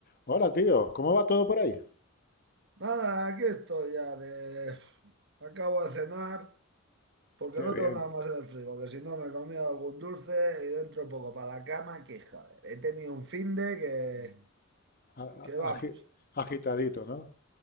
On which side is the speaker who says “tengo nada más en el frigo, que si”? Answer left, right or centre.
Right